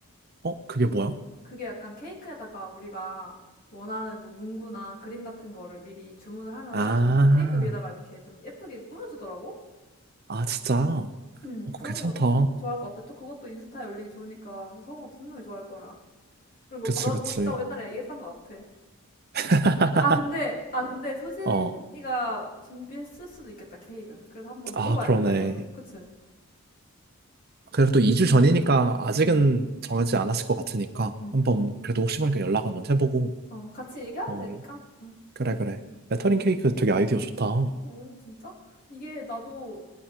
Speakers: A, on the right; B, on the left.
A: 어, 그게 뭐야?
B: 그게 약간 케이크에다가 우리가 원하는 뭐 문구나 그림 같은 거를 미리 주문을 하면은
A: 아,
B: 케이크 위에다가 이렇게 좀 예쁘게 꾸며주더라고?
A: 아, 진짜. 어,
B: 음,
A: 그거
B: 그런
A: 괜찮다.
B: 거 좋아할 것 같아. 또 그것도 인스타에 올리기 좋으니까 성우가 분명히 좋아할 거야. 그런 거
A: 그치,
B: 받아보고
A: 그치.
B: 싶다고 옛날에 얘기했던 것 같아.
A: <laughs>
B: 아, 근데, 아, 근데 소진이가
A: 어.
B: 준비했을 수도 있겠다, 케이크는. 그래서 한번 물어봐야겠다,
A: 아, 그러네.
B: 이거는. 그치?
A: 그래도 2주 전이니까 아직은
B: 음.
A: 정하지 않았을 것 같으니까
B: 음,
A: 한번 그래도
B: 뭐,
A: 혹시 모르니까 연락 한번 해보고
B: 어, 같이 얘기하면
A: 어
B: 되니까. 음.
A: 그래 그래 레터링 케이크 되게 아이디어 좋다.
B: 오, 진짜? 이게 나도